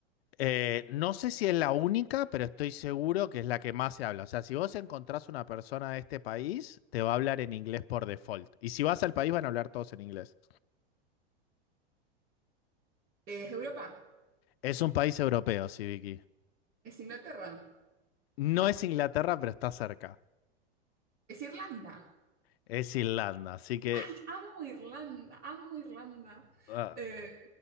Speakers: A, on the left; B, on the right.
A: Eh, no sé si es la única, pero estoy seguro que es la que más se habla. O sea, si vos encontrás una persona de este país, te va a hablar en inglés por default. Y si vas al país, van a hablar todos en inglés.
B: Es Europa,
A: Es un país europeo, sí, Vicky.
B: es Inglaterra,
A: No es Inglaterra, pero está cerca.
B: es Irlanda.
A: Es Irlanda, así que
B: ¡Ay, amo Irlanda! ¡Amo Irlanda!
A: ah,
B: Eh,